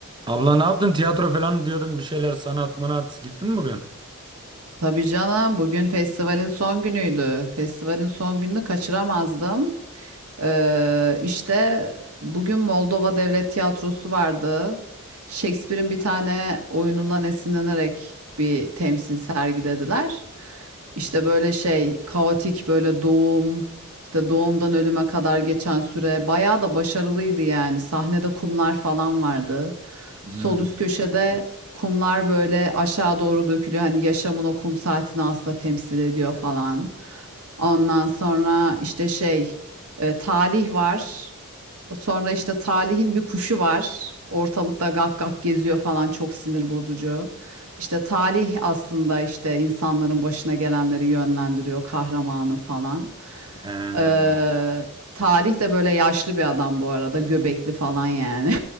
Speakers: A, on the right (about 20°); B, on the right (about 85°).
A: Abla ne yaptın? Tiyatro falan diyordun bir şeyler sanat mınat. Gittin mi bugün?
B: Tabii canım bugün festivalin son günüydü. Festivalin son gününü kaçıramazdım. Ee, işte bugün Moldova Devlet Tiyatrosu vardı. Shakespeare'in bir tane oyunundan esinlenerek bir temsil sergilediler. İşte böyle şey kaotik böyle doğum işte doğumdan ölüme kadar geçen süre bayağı da başarılıydı yani. Sahnede kumlar falan vardı.
A: Hmm.
B: Sol üst köşede kumlar böyle aşağı doğru dökülüyor. Hani yaşamın o kum saatini aslında temsil ediyor falan. Ondan sonra işte şey e, talih var. Sonra işte Talih'in bir kuşu var. Ortalıkta gak gak geziyor falan çok sinir bozucu. İşte Talih aslında işte insanların başına gelenleri yönlendiriyor kahramanı falan.
A: Ee,
B: Ee, Talih de böyle yaşlı bir adam bu arada göbekli falan yani.